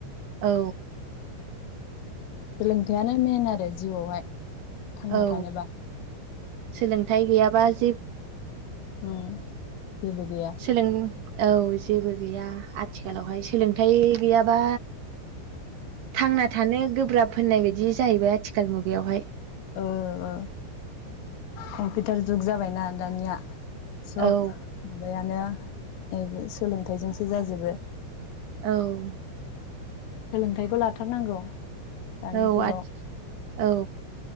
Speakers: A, on the right (about 65°); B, on the left (about 80°).
A: औ
B: सोलोंथाइयानो मेन आरो जिउआवहाय थांना
A: औ
B: थानोबा
A: सोलोंथाइ गैयाबा जे
B: उम जेबो गैया
A: सोलों औ जेबो गैया आथिखालावहाय सोलोंथाइ गैयाबा थांना थानो गोब्राब होननाय बायदि जाहैबाय आथिखाल मुगायावहाय।
B: औ औ कम्पिउटार जुग जाबायना दानिया सब
A: औ
B: माबायानो एबो सोलोंथाइजोंसो जाजोबो
A: औ
B: सोलोंथाइखौ लाथारनांगौ। दानि
A: औ
B: जुगाव
A: आथि औ